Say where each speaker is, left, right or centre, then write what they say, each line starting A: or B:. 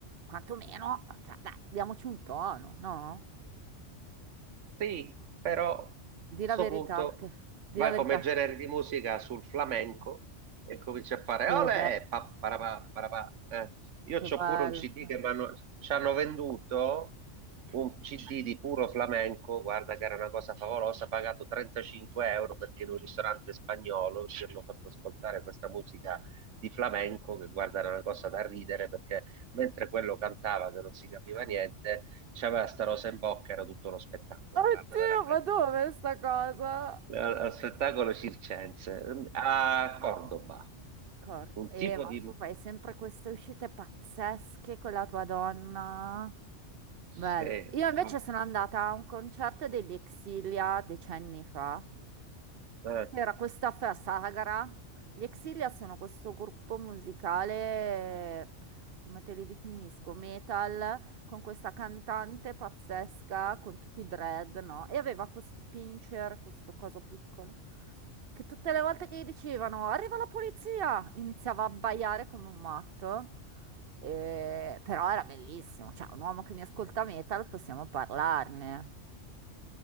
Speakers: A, on the right; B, on the right.
A: quantomeno, cioè, dai, diamoci un tono, no?
B: Sì, però a
A: Di
B: questo
A: la verità,
B: punto
A: che... di
B: vai
A: la verità.
B: come genere di musica sul flamenco e cominci a fare
A: Che
B: olè,
A: bello,
B: pa, parapà, parapà. Eh, Io
A: che
B: c'ho
A: bello.
B: pure un CD
A: Flavio.
B: che m'hanno- ci hanno venduto, un CD di puro flamenco, guarda che era una cosa favolosa, pagato 35 euro perché in un ristorante spagnolo ci hanno fatto ascoltare questa musica di flamenco, che guarda era una cosa da ridere perché mentre quello cantava che non si capiva niente C'aveva sta rosa in bocca, era tutto uno spettacolo,
A: Oddio,
B: guarda, veramente.
A: ma dove è sta cosa?
B: Era uno spettacolo circense. A Cordoba,
A: Corto.
B: un
A: Eh,
B: tipo
A: ma
B: di...
A: tu fai sempre queste uscite pazzesche con la tua donna.
B: Sì,
A: Bello. Io invece
B: fa-
A: sono andata a un concerto degli Exilia decenni fa.
B: eh,
A: Era questa festa sagra. Gli Exilia sono questo gruppo musicale, come te li definisco, metal, con questa cantante pazzesca, con tutti i dread, no? E aveva questo pincher, questo coso piccolo, che tutte le volte che gli dicevano arriva la polizia, iniziava a abbaiare come un matto. Eh, però era bellissimo, cioè un uomo che mi ascolta metal, possiamo parlarne,